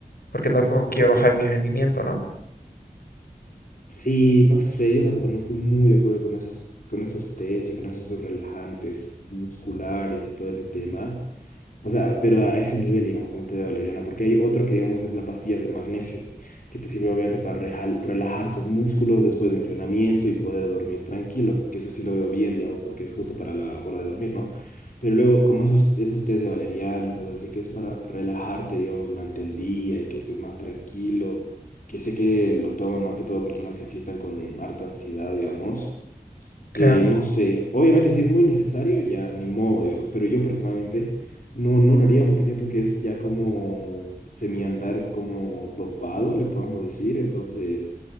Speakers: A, on the left; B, on the left.
A: porque tampoco quiero bajar mi rendimiento, ¿no?
B: Sí, no sé, yo tampoco no estoy muy de acuerdo con esos, con esos tés y con esos relajantes musculares y todo ese tema. O sea, pero a ese nivel, digamos, con el té de valeriana, porque hay otro que, digamos, es las pastillas de magnesio, que te sirve obviamente para rejal- relajar tus músculos después de entrenamiento y poder dormir tranquilo, que eso sí lo veo bien, digamos, porque es justo para la hora de dormir, ¿no? Pero luego, como esos, esos tés de valeriana y cosas así, que es para relajarte, digamos, durante el día y que estés más tranquilo, que sé que lo toman más que todo personas que sí están con harta ansiedad, digamos
A: Claro.
B: eh, no sé, obviamente si es muy necesario, ya ni modo, digamos, pero yo personalmente no, no lo haría porque siento que es ya como semiandar como dopado, le podamos decir, entonces